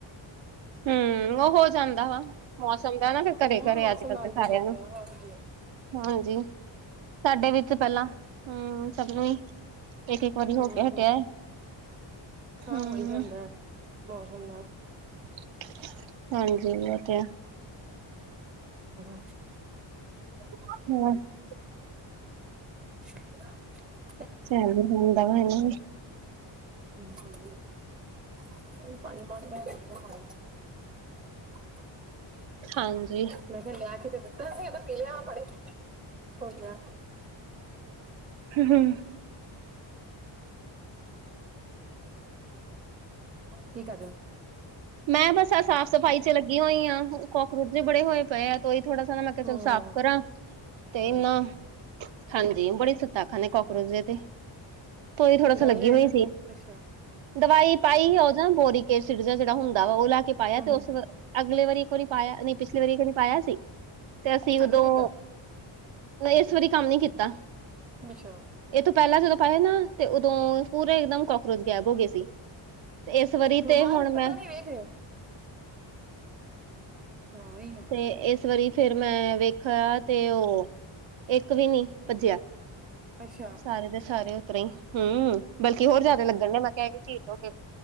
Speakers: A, on the right; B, on the right.
A: ਹਮ। <unintelligible>
B: ਹੂੰ ਹੂੰ ਮੌਸਮ ਨਾਲ ਵੀ ਹੋ ਗਿਆ ਹਾਂਜੀ।
A: ਹਾਂਜੀ ਸਾਡੇ ਵਿੱਚ ਪਹਿਲਾਂ ਹਮ ਸਭ ਨੂੰ ਹੀ। ਇੱਕ-ਇੱਕ ਵਾਰੀ ਹੋ
B: ਹਮ-ਹਮ
A: ਕੇ ਹਟਿਆ
B: ਹਾਂ
A: ਹੂੰ,
B: ਹੋ ਹੀ ਜਾਂਦਾ ਹੈ ਮੌਸਮ ਨਾਲ।
A: <inaudible> ਹਾਂਜੀ ਇਹ ਤੇ ਹੈ।
B: ਹਮ।
A: <inaudible>
B: ਕਿਦਾ।
A: <unintelligible>
B: <unintelligible>
A: ਹਾਂਜੀ।
B: ਮੈਂ ਕਿਹਾ ਲਿਆ ਕੇ ਤੇ ਦਿੱਤਾ ਸੀ। ਪੀ ਲੀਆ ਵਾ ਪਾਣੀ ਹੋ ਗਿਆ।
A: ਹਮ-ਹਮ।
B: ਕੀ ਕਰ ਰਹੇ ਹੋ?
A: ਮੈਂ ਬਸ ਆ ਸਾਫ਼ ਸਫ਼ਾਈ ਚ ਲੱਗੀ ਹੋਈ ਹਾਂ। ਕਾਕਰੋਚ ਵੀ ਬੜੇ ਹੋਏ ਪਏ ਆ। ਕਈ ਥੋੜਾ ਜਾਂ। ਮੈਂ ਕਿਹਾ ਚਲੋ
B: ਹਮ
A: ਸਾਫ਼
B: ਹਮ
A: ਕਰਾਂ। ਤੇ
B: ਹਾਂਜੀ
A: ਇਹਨਾ ਹਾਂਜੀ ਬੜੇ ਸੱਤਾ ਖਾਂਦੇ ਕਾਕਰੋਚ ਜਿਹੇ ਦੇ ਤੇ। <unintelligible>
B: ਦਵਾਈ ਲੈ ਅੱਛਾ ਹਮ
A: ਦਵਾਈ ਪਾਈ ਉਹ ਜਾਂ 'ਬੋਰਿਕ ਐਸਿਡ' ਜਿਹੜਾ ਹੁੰਦਾ ਵਾ। ਉਹ ਲੈ ਕੇ ਪਾਇਆ ਤੇ ਉਸ।
B: ਹਮ
A: ਅਗਲੇ ਵਾਰੀ ਇੱਕ ਵਾਰੀ ਪਾਇਆ ਨਹੀਂ ਪਿਛਲੀ ਵਾਰੀ ਇੱਕ ਵਾਰੀ ਪਾਇਆ ਸੀ। ਤੇ ਅਸੀਂ
B: ਕੰਮ
A: ਉਦੋਂ।
B: ਨੀ ਕੀਤਾ
A: ਨਹੀਂ। ਇਸ ਵਾਰੀ ਕੰਮ ਨੀ ਕੀਤਾ।
B: ਅੱਛਾ।
A: ਇਹ ਤੋਂ ਪਹਿਲਾਂ ਜਦੋਂ ਪਾਏ ਨਾ। ਤੇ ਉਦੋਂ ਪੂਰੇ ਇਕਦਮ ਕਾਕਰੋਚ ਗਾਇਬ ਹੋ ਗਏ ਸੀ। ਤੇ ਇਸ ਵਾਰੀ
B: ਰੁਮਾਲ
A: ਤੇ ਹੁਣ ਮੈਂ।
B: ਪਤਾ ਨੀ ਵੇਖ ਰਹੇ ਹਾਂ ਓਹੀ ਨਾ।
A: ਤੇ ਇਸ ਵਾਰੀ ਫੇਰ ਮੈਂ ਵੇਖਿਆ ਤੇ। ਉਹ ਇੱਕ ਵੀ ਨੀ ਭੱਜਿਆ।
B: ਅੱਛਾ
A: ਸਾਰੇ ਦੇ ਸਾਰੇ ਉਦਰੋ ਹੀ ਹਮ। ਬਲ ਕਿ ਹੋਰ ਜਿਆਦਾ
B: ਹਮ
A: ਲੱਗਣ
B: ਹਮ
A: ਨੇ। ਮੈਂ ਕਿਹਾਹਿ ਹੋ ਕੇ